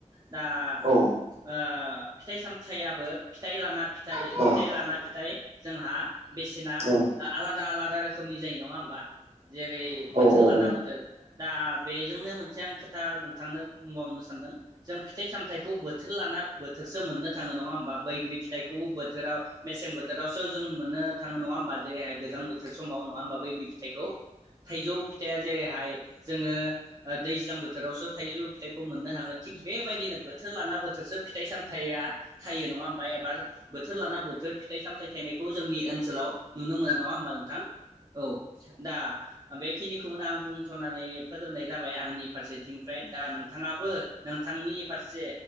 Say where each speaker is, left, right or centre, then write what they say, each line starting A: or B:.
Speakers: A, on the right; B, on the right.
A: दा
B: औ
A: ओ फिथाइ सामथाइयाबो फिथाइ लाना फिथाइ
B: औ
A: फिथाइ लाना फिथाइ जोंहा बेसेना
B: औ
A: आ आलादा आलादा रोखोमनि जायो नंङा होमबा? जेरै
B: औ
A: बोथोर लाना
B: औ
A: बोथोर बा बेजोंनो मोनसे आं खोथ दा नोंथांनो बुंबावनो सानदों जों फिथाइ सामथाइखौ बोथोर लाना बोथोरसो मोननो थाङो नङा होमबा बैग्रि फिथाइखौ बोथोराव मेसें बोथोर रावसो जों मोननो थाङो नङा ओमबा जैरैहाय गोजां बोथोर समाव नङा ओमबा बैग्रि फिथाइखौ थाइजौ फिथाइया जेरैहाय जोङो ओ दैज्लां बोथोरावसो थाइजौ फिथाइखौ मोननो हाङो थिग बेबायदिनो बोथोर लाना बोथोरसो फिथाइ सामथाइया थायो नङा ओमबा एबा बोथोर लाना बोथोर फिथाइ सामथाइ थायनायखौ जोंनि ओनसोलाव नुनो मोनो नंङा होमबा नोंथां? औ दा बेखिनिखौनो आं बुंथनानै फोजोबनाय जा बाय आंनि फारसेथिंफ्राय दा नों नोंथाङाबो नोंथांनि फारसे